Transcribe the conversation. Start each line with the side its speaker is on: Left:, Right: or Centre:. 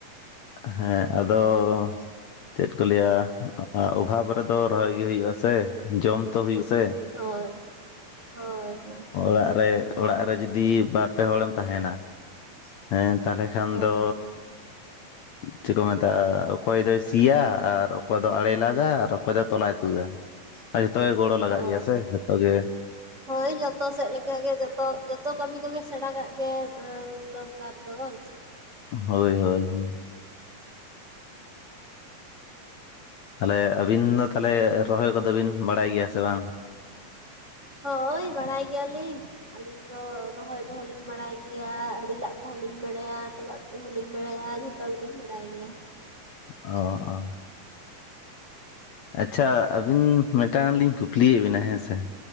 Left: ᱦᱮᱸ ᱟᱫᱚ ᱼᱼ ᱪᱮᱫ ᱠᱚ ᱞᱟᱹᱭᱟ ᱚᱵᱷᱟᱵᱽ ᱨᱮᱫᱚ ᱨᱚᱦᱚᱭ ᱜᱮ ᱦᱩᱭᱩᱜ-ᱟ ᱥᱮ ᱡᱚᱢ ᱛᱚ ᱦᱩᱭᱩᱜ-ᱟ ᱥᱮ ᱾
Right: ᱦᱳᱭ ᱦᱳᱭ ᱦᱳᱭ
Left: ᱚᱲᱟᱜ ᱨᱮ ᱚᱲᱟᱜ ᱨᱮ ᱡᱩᱫᱤ ᱵᱟᱨ ᱯᱮ ᱦᱚᱲᱮᱢ ᱛᱟᱦᱮᱱᱟ ᱾ ᱦᱮᱸ ᱛᱟᱦᱚᱞᱮ ᱠᱷᱟᱱ
Right: ᱦᱳᱭ
Left: ᱫᱚ ᱪᱮᱫ ᱠᱚ ᱢᱮᱛᱟᱜ-ᱟ ᱼᱼ ᱚᱠᱚᱭ ᱫᱚᱭ ᱥᱤᱭᱟ ᱟᱨ ᱚᱠᱚᱭ ᱫᱚ ᱟᱲᱮ ᱼᱼ ᱞᱟᱜᱟ ᱟᱨ ᱚᱠᱚᱭ ᱫᱚᱭ ᱛᱚᱞᱟᱭ ᱛᱩᱫᱟ ᱟᱨ ᱡᱷᱚᱛᱚ ᱜᱮ ᱜᱚᱲᱚ ᱞᱟᱜᱟᱜ
Right: ᱦᱳᱭ
Left: ᱜᱮᱭᱟ ᱥᱮ ᱡᱷᱚᱛᱚ ᱜᱮ ᱾
Right: ᱦᱳᱭ ᱡᱚᱛᱚ ᱥᱮᱫ ᱞᱮᱠᱟ ᱾ <unintelligible> ᱡᱚᱛᱚ ᱡᱚᱛᱚ ᱠᱟᱹᱢᱤ ᱠᱚᱜᱮ ᱥᱮᱬᱟ ᱠᱟᱜ ᱜᱮ ᱫᱚᱨᱠᱟᱨ ᱫᱚ ᱵᱟᱝ ᱥᱮ ᱾
Left: ᱦᱳᱭ ᱦᱳᱭ ᱦᱳᱭ ᱾ ᱛᱟᱦᱚᱞᱮ ᱟᱹᱵᱤᱱ ᱫᱚ ᱛᱟᱦᱚᱞᱮ ᱨᱚᱦᱚᱭ ᱠᱚᱫᱚ ᱵᱤᱱ ᱵᱟᱲᱟᱭ ᱜᱮᱭᱟ ᱥᱮ ᱵᱟᱝ?
Right: ᱦᱳᱭ ᱵᱟᱲᱟᱭ ᱜᱮᱭᱟᱞᱤᱧ ᱾ ᱟᱹᱞᱤᱧ ᱫᱚ ᱨᱚᱦᱚᱭ ᱠᱚᱦᱚᱸ ᱞᱤᱧ ᱵᱟᱲᱟᱭ ᱜᱮᱭᱟ ᱟᱹᱲᱤ ᱞᱟᱜ ᱠᱚᱦᱚᱸ ᱞᱤᱧ ᱵᱟᱲᱟᱭᱟ <unintelligible> ᱯᱩ ᱦᱚᱞᱤᱧ ᱵᱟᱲᱟᱭᱟ ᱟᱨ ᱡᱷᱚᱛᱚ ᱜᱮᱞᱤᱧ ᱵᱟᱲᱟᱭ ᱜᱮᱭᱟ ᱾
Left: ᱚ ᱚ ᱟᱪᱪᱷᱟ ᱟᱹᱵᱤᱱ ᱢᱤᱫᱴᱟᱝ ᱞᱤᱧ ᱠᱩᱠᱞᱤᱭᱮᱫ ᱵᱤᱱᱟ ᱦᱮᱸ ᱥᱮ?